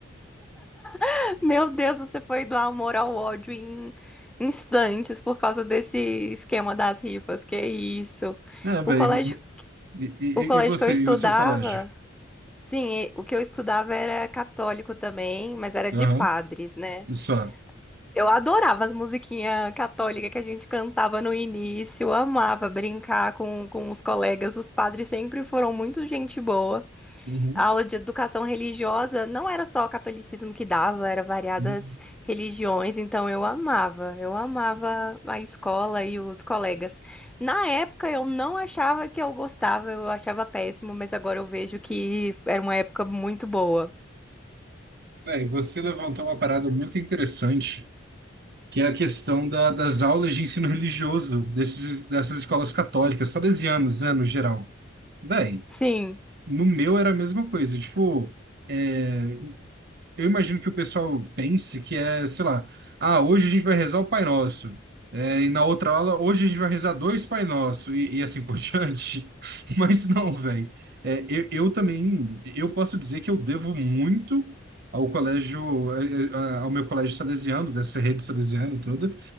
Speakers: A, in the centre; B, on the right.
A: <laughs> Meu Deus, você foi do amor ao ódio em instantes por causa desse esquema das rifas. Que isso?
B: É, velho.
A: O colégio,
B: E, e,
A: o colégio
B: e você,
A: que eu estudava.
B: e o seu colégio?
A: Sim, e o que eu estudava era católico também, mas era de
B: Aham.
A: padres, né?
B: Só.
A: Eu adorava as musiquinhas católicas que a gente cantava no início, eu amava brincar com, com os colegas. Os padres sempre foram muito gente boa.
B: Uhum.
A: A aula de educação religiosa não era só o catolicismo que dava, era variadas
B: Uhum.
A: religiões, então eu amava, eu amava a escola e os colegas. Na época eu não achava que eu gostava, eu achava péssimo, mas agora eu vejo que era uma época muito boa.
B: Bem, você levantou uma parada muito interessante, que é a questão da- das aulas de ensino religioso desses, dessas escolas católicas, salesianas, né, no geral. Bem,
A: Sim.
B: no meu era a mesma coisa. Tipo, eh, eu imagino que o pessoal pense que é, sei lá, ah, hoje a gente vai rezar o Pai Nosso. É, e na outra aula, hoje a gente vai rezar dois Pai Nosso e, e assim por <laughs> diante. Mas não, velho. É, eu, eu também, eu posso dizer que eu devo muito ao colégio, eh, eh, ao meu colégio salesiano, dessa rede salesiana toda.